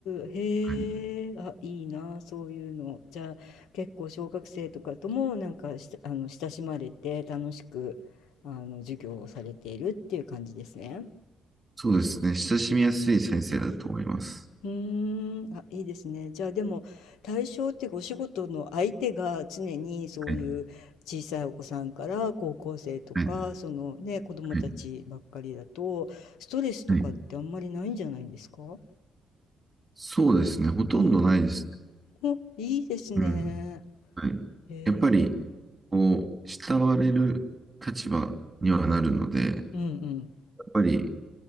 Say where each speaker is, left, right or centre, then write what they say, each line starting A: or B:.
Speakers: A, on the left; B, on the right.
A: へえ、
B: はい。
A: あ、いいな、そういうの。じゃあ、結構小学生とかともなんかし、あの、親しまれて楽しく、あの、授業をされているっていう感じですね。
B: そうですね。親しみやすい先生だと思います。
A: うーん、あ、いいですね。じゃあでも対象ってお仕事の相手が常にそういう小さいお子さんから高校生とかそのね子供たちばっかりだとストレスとかってあんまりないんじゃないんですか
B: はい。はい。はい。はい。そうですね。ほとんどないです
A: うん。お、いいですね。
B: ね。うん。はい。
A: へ
B: やっぱり、
A: え。
B: こう、慕われる立場にはなるので、やっ
A: うんうん
B: ぱり、